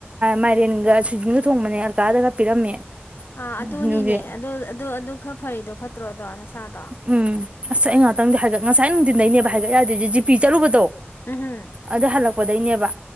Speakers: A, on the right; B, on the left.
A: ꯃꯥꯏꯔꯦꯟꯒ ꯁ꯭ꯋꯤꯖꯤꯟꯒ ꯊꯣꯡꯕꯅꯦ ꯑꯜꯀꯥꯗꯒ ꯄꯤꯔꯝꯃꯦ
B: ꯑ ꯑꯗꯨꯅꯤꯅꯦ
A: ꯑꯗꯨꯒꯤ
B: ꯑꯗꯨ ꯑꯗꯨ ꯑꯗꯨ ꯈꯔ ꯐꯔꯤꯗꯣ ꯐꯠꯇ꯭ꯔꯣꯗꯣ ꯁꯥꯥꯗꯣ
A: ꯎꯝ ꯑꯁ ꯑꯩ ꯉꯥꯛꯇꯪꯗꯤ ꯍꯥꯏꯒꯠ ꯉꯁꯥꯏ ꯅꯨꯡꯗꯤꯟ ꯗꯩꯅꯦꯕ ꯍꯥꯏꯒꯠ ꯌꯥꯗꯔꯤꯖꯦ ꯖꯤꯄꯤ ꯆꯠꯂꯨꯕꯗꯣ
B: ꯎꯝꯍꯨꯝ
A: ꯑꯗ ꯍꯂꯛ ꯄꯗꯩꯅꯦꯕ